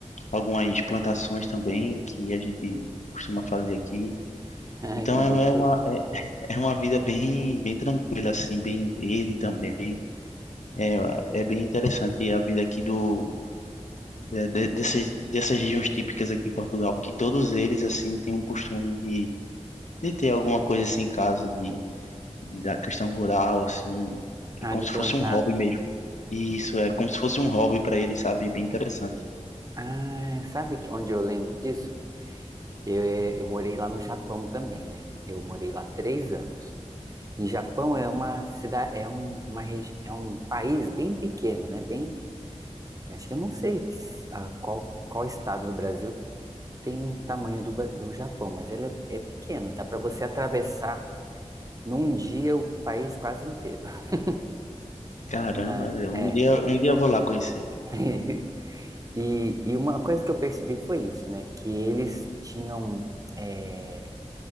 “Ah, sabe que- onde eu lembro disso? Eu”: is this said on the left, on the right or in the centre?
Right